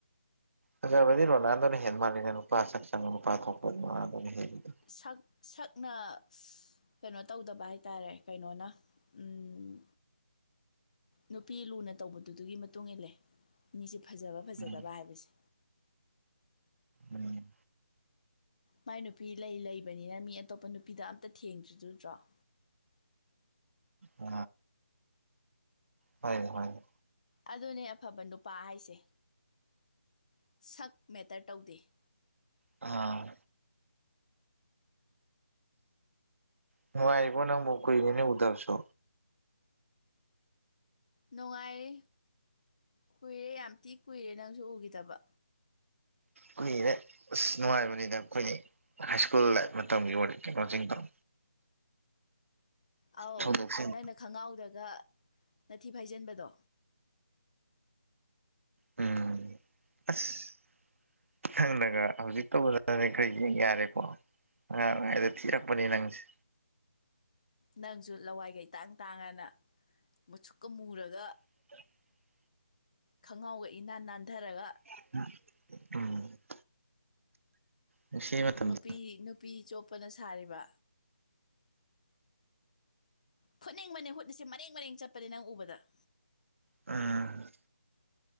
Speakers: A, on the right; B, on the left.
A: ꯐꯥꯖꯕꯗꯤ ꯔꯣꯅꯥꯜꯗꯣꯅ ꯍꯦꯟ ꯃꯥꯥꯟꯂꯦꯗ ꯅꯨꯄꯥ ꯁꯛ ꯆꯪꯕ ꯅꯨꯄꯥ ꯊꯣꯛꯄꯗꯤ ꯔꯣꯅꯥꯜꯅ ꯍꯦꯜꯂꯤꯗ꯫
B: ꯁꯛ ꯁꯛꯅ ꯀꯩꯅꯣ ꯇꯧꯗꯕ ꯍꯥꯏꯇꯥꯔꯦ ꯀꯩꯅꯣꯅ꯫ ꯎꯝ ꯅꯨꯄꯤ ꯂꯨꯅ ꯇꯧꯕꯗꯨꯗꯨꯒꯤ ꯃꯇꯨꯡ ꯏꯜꯂꯦ꯫ ꯃꯤꯁꯦ ꯐꯖꯕ ꯐꯖꯗꯕ
A: ꯎꯝ
B: ꯍꯥꯏꯕꯁꯦ
A: ꯎꯝ
B: ꯃꯥꯏ ꯅꯨꯄꯤ ꯂꯩ ꯂꯩꯕꯅꯤꯅ ꯃꯤ ꯑꯇꯣꯞꯄ ꯅꯨꯄꯤꯗ ꯑꯝꯇ ꯊꯦꯡꯗ꯭ꯔꯤꯗꫭ ꯎꯗꯔꫭ
A: ꯑ ꯍꫭꯏꯅꯦ ꯍꫭꯏꯅꯦ
B: ꯑꯗꯨꯅꯦ ꯑꯐꯕ ꯅꯨꯄꯥ ꯍꯥꯏꯁꯦ꯫ ꯁꯛ ꯃꯦꯇꯔ ꯇꯧꯗꯦ꯫
A: ꯑꯥ꯫ ꯅꯨꯡꯉꯥꯏꯔꯤꯕꯣ ꯅꯪꯕꯣ ꯀꯨꯏꯔꯦꯅꯦ ꯎꯗꯕꯁꯨ
B: ꯅꯨꯡꯉꯥꯏꯔꯤ ꯀꯨꯏꯔꯦ ꯌꯥꯝ ꯊꯤ ꯀꯨꯏꯔꯦ ꯅꯪꯁꯨ ꯎꯒꯤꯗꯕ꯫
A: ꯀꯨꯏꯔꯦ ꯑꯁ ꯅꯨꯡꯉꯥꯏꯕꯅꯤꯅ ꯑꯩꯈꯣꯏꯅꯤ ꯍꯥꯏ ꯁ꯭ꯀꯨꯜ ꯂꯥꯏꯐ ꯃꯇꯝꯒꯤ ꯋꯥꯔꯤ ꯀꯩꯅꫭꯖꯤꯡꯗꫭ꯫
B: ꯑꯧ
A: ꯊꯧꯗꯣꯛꯁꯤꯡ
B: ꯅꯪꯅ ꯈꯪꯉꯥꯎꯗꯒ ꯅꯊꯤ ꯐꯥꯏꯖꯟꯕꯗꯣ꯫
A: ꯎꯝ ꯑꯁ ꯅꯪꯅꯒ ꯍꯧꯖꯤꯛ ꯇꯧꯕꯗꯅꯅꯦ ꯈꯔ ꯌꯦꯡ ꯌꯥꯔꯦꯀꯣ ꯑꯉꯥꯜ ꯑꫭꯏꯔꯤꯉꯩ ꯊꯤꯔꯛꯄꯅꯦ ꯅꯪꯁꯦ
B: ꯅꯪꯖꯨ ꯂꯋꯥꯏꯒ‌ ꯏꯇꯥꯡ ꯇꯥꯡꯉꯅ ꯃꯨꯁꯨꯛꯀ ꯃꯨꯔꯒ
A: <unintelligible>
B: ꯈꯣꯡꯉꯥꯎꯒ ꯏꯅꯥꯟ ꯅꯥꯟꯊꯔꯒ꯫
A: ꯑꯣ꯫ <inaudible> ꯅꯨꯡꯁꯤ ꯃꯇꯝꯗꯣ
B: ꯅꯨꯄꯤ ꯅꯨꯄꯤ ꯆꯣꯞꯄꯅ ꯁꯥꯔꯤꯕ ꯐꯨꯅꯤꯡꯕꯅꯦ ꯈꯨꯠꯁꯦ ꯃꯔꯦꯡ ꯃꯔꯦꯡ ꯆꯠꯄꯅꯦ ꯅꯪ ꯎꯕꯗ꯫
A: ꯎꯝ